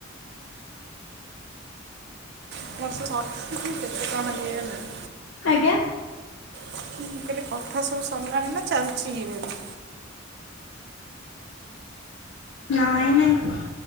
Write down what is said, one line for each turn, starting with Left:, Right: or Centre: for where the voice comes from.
Right: ଏ ବର୍ଷ ସ କେତେ କଣ ଇଏ ହେଲାଣି?
Left: ଆଜ୍ଞା।
Right: ମୁଁ କହିଲି କଥା ସବୁ ସରିଲାଣି ନା ଚାଲିଛି ଇବେବି।
Left: ନାଇଁ ନାଇଁ।